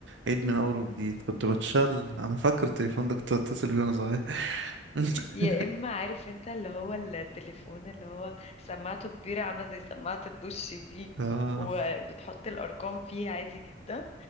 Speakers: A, on the right; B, on the left.
A: عيد من أول وجديد كنت بتشل أنا فاكر التليفون ده كنت بتصل بيه وأنا صغير <laughs>
B: يا اما عارف انت اللي هو التليفون اللي هو سماعته كبيرة عاملة زي سماعة الدش دي
A: آه
B: وبتحط الارقام فيه عادي جدا